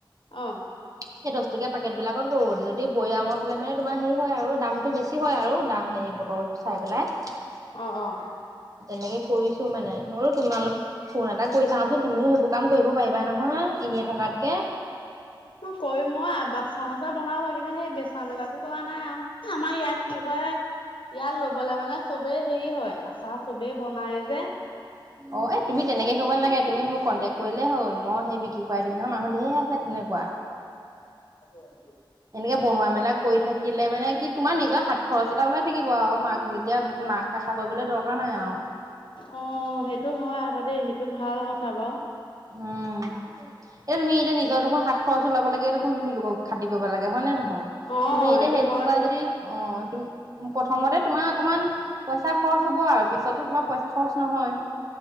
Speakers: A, on the left (about 70°); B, on the right (about 40°).
A: অ
B: সেই দহ টকীয়া পেকেট বিলাকত কৰো যদি বৈয়ামত হ'লে মানে তোমাৰ হেৰি হয় আৰু দামটো বেছি হয় আৰু দা হে বটল চাই পেলাই।
A: অ' অ'।
B: তেনেকে কৰিছো মানে মইো তোমালোক ফোন এটা কৰি চাওচোন তুমি কাম কৰিব পাৰিবা নহয় এনেই থকাত।
A: ত কৰি মই <unintelligible> বনাও লাগ সেই বেচা মেলাটো কৰা নাই আৰু আমাৰ ইয়াত কি হয় ইয়াত ল'বলে মানে চবেই হেৰি হয় আচাৰ চবেই বনায় যে।
B: অ এ তুমি তেনেকৈ কৰিব নালাগে মোক কণ্টেক কৰিলে হ'ল ম সেই বিক্ৰী দিম নহয় মানুহ ধেৰ আছে তেনেকুৱা।
A: অব <inaudible>
B: এনেকে বনোৱা মেলা কৰি থাকিলে মানে কি তোমাৰ নিজৰ হাত খৰচ টা ওলাই থাকিব আৰু মাক যেতিয়া মাক আশা কৰিবলৈ দৰকাৰ নাই আৰু।
A: অ' সেইটো হয় আকৌ দেই সেইটো ভাল কথা। বাও
B: উম এ তুমি এতিয়া নিজৰ দুখ খাত খৰচ ওাব লাগে এই দেখু তুমি লোকক খাতিৰ কৰিব লাগে হয় নে নহয়?
A: অ
B: তুমি এতিয়া সেইটো
A: হয়তো
B: বা যদি অ' প্ৰথমতে তোমাৰ অকণমান পইচা খৰচ হ'ব আৰু পিছতো তোমাৰ পইচা খৰচ নহয়